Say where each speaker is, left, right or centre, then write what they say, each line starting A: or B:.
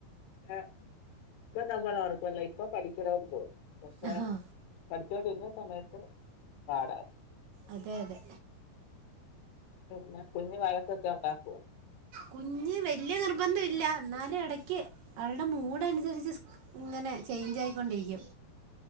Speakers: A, on the left; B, on the right.
A: <unintelligible> ഇപ്പൊ നമ്മളോർക്കുവല്ല ഇപ്പൊ പഠിക്കണോന്ന് തോന്നും പക്ഷെ
B: ആഹ്
A: പഠിച്ചോണ്ടിരുന്ന സമയത്ത് പാടാ
B: അതെ അതെ
A: പിന്നെ കുഞ്ഞ് വഴക്കൊക്കെ ഉണ്ടാക്കോ
B: കുഞ്ഞ് വല്യ നിർബന്ധം ഇല്ല എന്നാലും ഇടക്ക് അവളുടെ മൂ മൂടനുസരിച്ച് ഇങ്ങനെ ചേഞ്ച് ആയിക്കൊണ്ടിരിക്കും